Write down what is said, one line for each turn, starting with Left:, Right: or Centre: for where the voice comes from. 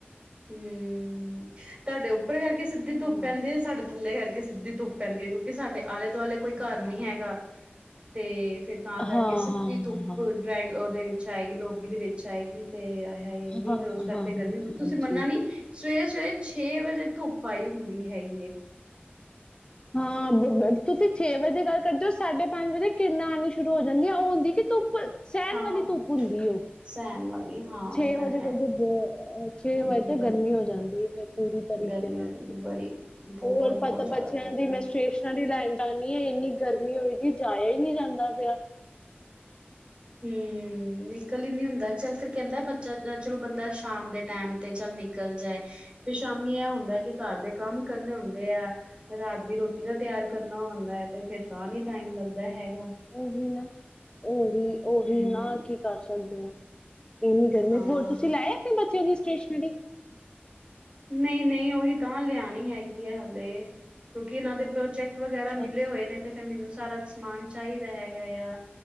Right: ਹੂੰ, ਤਾਡੇ ਉੱਪਰ ਸਿੱਧੀ ਧੁੱਪ
Left: ਹਾਂ
Right: ਪੈਂਦੀ ਆ, ਸਾਡੇ ਥੱਲੇ ਕਰਕੇ ਸੀਧੀ ਧੁੱਧ ਪੈਂਦੀ ਐ, ਕੇਉਂਕਿ ਸਾਡੇ ਆਲੇ-ਦੁਆਲੇ ਕੋਈ
Left: ਹਾਂ
Right: ਘਰ ਨਹੀ ਹੈਗਾ ਤੇ ਫਿਰ ਤਾਂ ਕਰਕੇ
Left: ਹਾਂ
Right: ਸਿੱਧੀ
Left: ਹਾਂ ਹਾਂ
Right: ਧੁੱਪ
Left: ਹਾਂ
Right: ਡਰਾਇੰਗ, ਓਦੇ ਵਿੱਚ ਆਏਗੀ ਲੋਬੀ ਦੇ ਵਿੱਚ ਚ ਆਏਗੀ ਤੇ ਆਏ ਹੈ ਐਨੀ
Left: ਹਾਂ ਹਾਂ
Right: ਫੇਰ ਉਸ ਟਾਈਮ ਤੇ
Left: ਹਾਂ ਹਾਂਜੀ
Right: ਗਰਮੀ ਤੁਸੀਂ ਮੰਨਨਾ ਨੀ ਸਵੇਰੇ, ਸਵੇਰੇ ਛੇ ਵਜੇ ਧੁੱਪ ਆਈ ਹੁੰਦੀ ਹੈਗੀ ਏ।
Left: ਹਾਂ ਤੁਸੀਂ ਛੇ ਵਜੇ ਦੀ ਗੱਲ ਕਰਦੇ ਓ, ਸਾਢੇ ਪੰਜ ਵਜੇ ਕਿਰਣਾ ਆਣੀ ਸ਼ੁਰੂ ਹੋ ਜਾਂਦੀਆਂ ਓਹ ਹੁੰਦੀ ਕਿ ਧੂਪ ਸੈਣ
Right: ਹਾਂ
Left: ਵਾਲੀ ਧੁੱਪ ਹੁੰਦੀ ਏ ਓਹ।
Right: ਸਹਿਣ ਵਾਲੀ ਹਾਂ
Left: ਛੇ
Right: ਉਹ ਤਾਂ
Left: ਵਜੇ
Right: ਹੈ
Left: ਕੋਲ ਤੇ ਬੋਤ ਲ, ਛੇ
Right: ਹੂੰ
Left: ਵਜੇ
Right: ਹੂੰ
Left: ਤੋਂ
Right: ਹੂੰ
Left: ਗਰਮੀ ਹੋ ਜਾਂਦੀ ਐ ਫੇਰ ਪੂਰੀ ਤਰੀਕੇ
Right: ਗਰਮੀ
Left: ਨਾਲ।
Right: ਹੋ ਜਾਂਦੀ ਬੜੀ ਬਹੁਤ
Left: ਹੋਰ ਪਤਾ
Right: ਬਹੁਤ ਜ਼ਿਆਦਾ
Left: ਬੱਚੇਆਂ
Right: ਧੁੱਪ
Left: ਦੀ
Right: ਹੋ ਜਾਂਦੀ
Left: ਮੈਂ ਸਟੇਸ਼ਨਰੀ ਲੈਣ ਜਾਨੀ ਏ, ਏਨੀ ਗਰਮੀ ਹੋਈਦੀ ਜਾਇਆ ਹੀ ਨਹੀਂ ਜਾਂਦਾ ਪਿਆ
Right: ਹੂੰ, ਨਿਕਲ ਹੀ ਨੀ ਹੁੰਦਾ ਚੱਲ ਫੇਰ ਕੈਂਦਾ ਬੱਚਾ ਚਲੋ ਬੰਦਾ ਸ਼ਾਮ ਦੇ ਟੈਮ ਤੇ ਚੱਲ ਨਿਕਲ ਜਾਏ ਫਿਰ ਸ਼ਾਮੀ ਇਹ ਹੁੰਦਾ ਕਿ ਘਰ ਦੇ ਕੰਮ ਕਰਨੇ ਹੁੰਦੇ ਆ ਰਾਤ ਦੀ ਰੋਟੀ ਦਾ ਤਿਯਾਰ ਕਰਨਾ ਹੋਂਦਾ ਹੈ ਤੇ ਫੇਰ ਤਾਂ ਨੀ ਟਾਈਮ ਲੱਗਦਾ ਦਾ ਹੈਗ
Left: ਓਹੀ ਨਾ, ਓਹੀ ਓਹੀ
Right: ਹੂੰ
Left: ਨਾ ਕੀ ਕਰ ਸਕਦੇ ਦੇ ਆ। ਇੰਨੀ ਗਰਮੀ
Right: ਹਾਂ
Left: ਤੇ, ਹੋਰ ਤੁਸੀਂ ਲੈ ਆਏ ਆਪਣੇ ਬੱਚੇਆਂ ਦੀ ਸਟੇਸ਼ਨਰੀ।
Right: ਨਹੀ, ਨਹੀਂ ਓਹੀ ਤਾਂ ਲਿਆਣੀ ਹੈਗੀ ਹੈ ਹਾਲੇ ਕੇਉਂਕਿ ਏਨਾਂ ਦੇ ਪ੍ਰੋਜੈਕਟ ਵਗੈਰਾ ਮਿਲੇ
Left: ਅੱਛਾ
Right: ਹੋਏ ਨੇ ਤੇ ਫਿਰ ਮੈਨੂੰ ਸਾਰਾ ਸਮਾਨ ਚਾਹੀਦਾ ਹੈਗਾ ਆ,